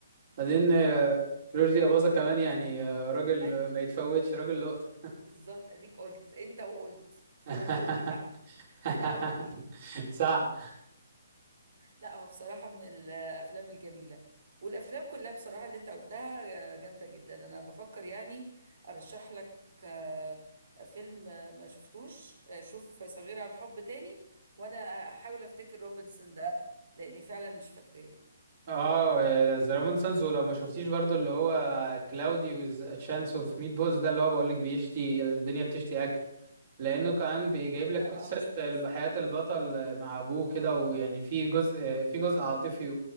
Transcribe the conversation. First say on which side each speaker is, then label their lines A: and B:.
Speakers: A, on the right; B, on the right.
A: بعدين آه،
B: يلا
A: رشدي أباظة كمان يعني آه، راجل
B: هاي
A: ما يتفوتش راجل لقطة
B: بالظبط أديك قلت أنت وقلت فما
A: <laughs>
B: أنا أقول إيه بقى
A: <laughs>
B: أنا أقول إيه
A: صح
B: لا هو بصراحة من الأفلام الجميلة والأفلام كلها بصراحة اللي أنت قلتها جامدة جدا أنا بفكر يعني أرشح لك آه، فيلم آه، ما شفتوش آه، شوف صغيرة على الحب تاني وأنا أحاول أفتكر روبنسون ده لأني فعلا مش فاكراه
A: اه ذا رومان سانز ولو ما شفتيش برضو اللي هو كلاودي ويز تشانس اوف ميت بولز ده اللي هو بقولك بيشتي الدنيا بتشتي اكل لانه كمان بيجيب
B: لا
A: لك
B: ده
A: قصه
B: أه ما شفتوش
A: الب- حياه
B: خالص.
A: البطل مع ابوه كده ويعني في جزء في جزء عاطفي